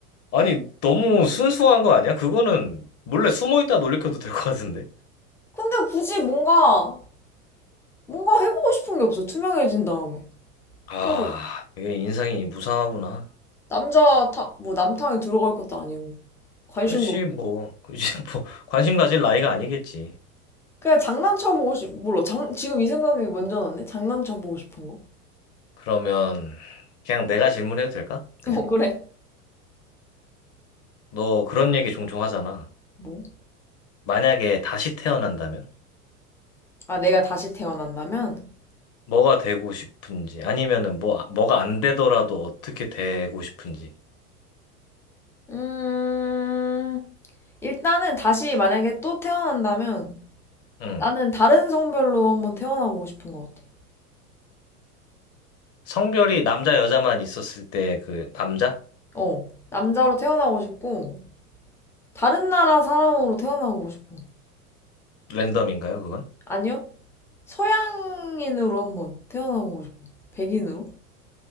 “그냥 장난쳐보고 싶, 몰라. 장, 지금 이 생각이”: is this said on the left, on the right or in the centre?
Centre